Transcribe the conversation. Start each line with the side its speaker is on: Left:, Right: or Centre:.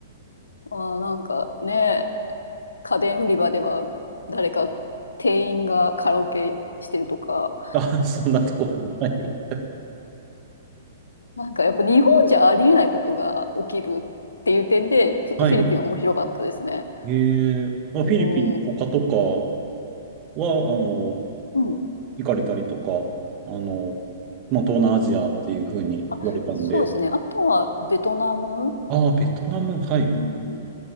Left: ど。ああ、なんかね、家電売り場では誰か店員がカラオケしてるとか、
Right: あ、<laughs> そんなところも。はい。
Left: なんかやっぱ日本じゃありえないことが起きるっていう点で、ちょっとフィリピン面白かったですね。
Right: はい。ええ、まあ、
Left: うん。
Right: フィリピンの他とかは、あの、
Left: うん。
Right: 行かれたりとか、あの、まあ、東南アジアっていうふうに言われたんで、
Left: あ、そうですね。あとはベトナム。
Right: ああ、ベトナム、はい。
Left: うん。ベ